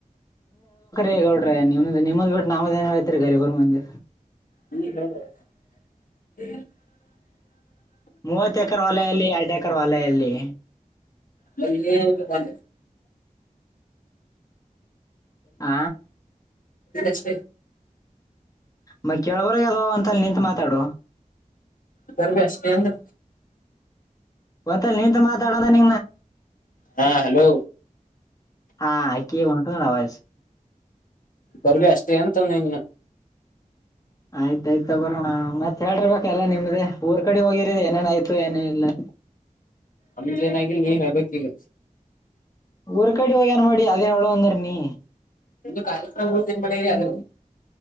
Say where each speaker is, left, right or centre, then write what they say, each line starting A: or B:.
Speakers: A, on the left (about 25°); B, on the left (about 70°).
A: ೇಗೌ್ರ ನಿಮ್ಮ್ದ ನಿಮ್ಮ್ದ್ ಬಿಟ್ಟು ನದೇನ ಆಯತ್ರಿ ಗರಿ ಬ ಮಂದ
B: ಹ್ಮ ಹ ಹ್ಮ
A: ಮೂವತ್ ಎಕರ್ ವಲೆಯಲ್ಲಿ ಎರಡು ಎಕರ ವಲೆಯಲ್ಲಿ
B: ಮ ಮ
A: ಆ
B: ಷ್ಟ
A: ಮ ಕೇಳಬರಾಗ ಅದಾವ ಅಂತ ಅಲ್ಲಿ ನಿಂತು ಮಾತಾಡು
B: ಬರ್ಮಷ್ಟನು
A: ಒಂತ ನೀಂತ ಮಾತಾಡದನ
B: ಹಾ ಹಲೋ
A: ಹಾ ಯಕ ಬತು ಆವಾಜ
B: ಬರ್ಬ ಅಷ್ಟೇ ಅಂತಂದಂಗ
A: ಆಯ್ತಾಯಯ್ತ ತಗೋರೋಣ ಮತ್ತತ್ ಹೇಳರ್ಬೇಕ ಎಲ್ಲ ನಿಮ್ದೇ ಊರ್ ಕಡೆ ಹೋಗಿರ ಏನೇನ ಆಯ್ತು ಏನೇ ಇಲ್ಲಾ
B: ಅಮಜ ಏನಾಗಿ ನೀ ಹೇಳ್ಬೇಕಿಗ
A: ಊರ್ ಕಡೆ ಹೋಗ್ಯನ್ ಮಾಡಿ ಅದೇ ಹೇಳ ಅಂದ್ರ ನೀ
B: ಒಂದು ಕ್ಯಕ್ರಡ ಅದು <unintelligible>